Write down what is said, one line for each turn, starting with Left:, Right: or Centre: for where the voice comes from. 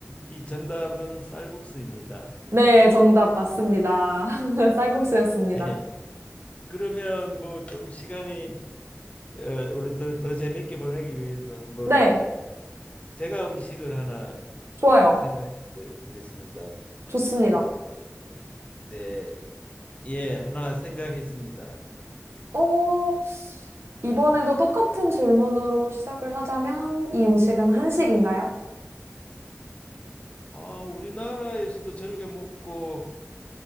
Left: 이 정답은 쌀국수입니다.
Right: 네, 정답 맞습니다. <laughs> 쌀국수였습니다.
Left: 네. 그러면 뭐 좀 시간이 어, 우리 더, 더 재밌게 보내기 위해서 한번
Right: 네,
Left: 제가 음식을 하나
Right: 좋아요.
Left: 생각해 보겠습니다.
Right: 좋습니다.
Left: 어, 네. 예, 하나 생각했습니다.
Right: 어, 이번에도
Left: 예.
Right: 똑같은 질문으로 시작을 하자면, 이 음식은 한식인가요?
Left: 아, 우리나라에서도 즐겨 먹고